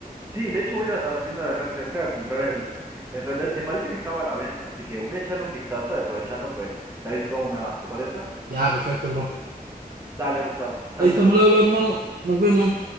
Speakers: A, on the right; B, on the right.
A: Sí, de hecho voy a ir a la, tienda de acá cerca a comprar el, el Red Dead. Me parece que estaba a la venta, así que voy a echarle un vistazo y aprovechando, pues, te aviso cómo me va. ¿Te parece?
B: Ya, perfecto, bro.
A: Dale, Gustavo. Chao,
B: Ahí
A: chao.
B: estamos, al habla, hermano. Nos vemos.